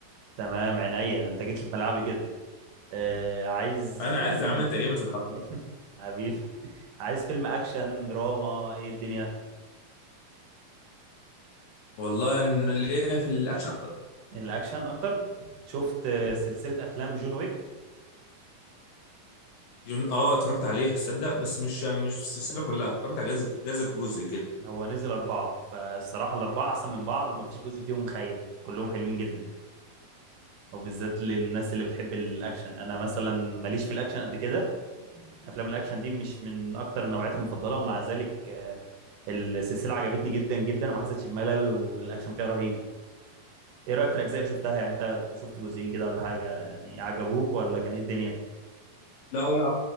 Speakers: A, on the right; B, on the left.
A: تمام عينيا ده انت جيت لي في ملعبي كده آه عايز
B: انا
A: فيلم
B: عارف يا عم انت جامد في الحوار ده
A: <laughs> حبيبي عايز فيلم اكشن دراما ايه الدنيا
B: والله انا ليا في الاكشن اكتر
A: الاكشن اكتر شفت آه، سلسلة افلام جون ويك
B: جون... اه اتفرجت عليها تصدق
A: مم،
B: بس مش مش السلسله كلها اتفرجت على جزء جزء جزء كده
A: هو نزل اربعة فالصراحة الاربعة احسن من بعض ومفيش جزء فيهم خيب كلهم حلوين جدا وبالذات للناس اللي بتحب الاكشن انا مثلا ماليش في الاكشن قد كده افلام الاكشن دي مش من اكتر النوعيات المفضله ومع ذلك آه، السلسله عجبتني جدا جدا وما حسيتش بملل والاكشن فيها رهيب ايه رايك في الاجزاء اللي شفتها يعني انت شفت جزئين كده ولا حاجه يعني عجبوك ولا كان ايه الدنيا
B: لا لا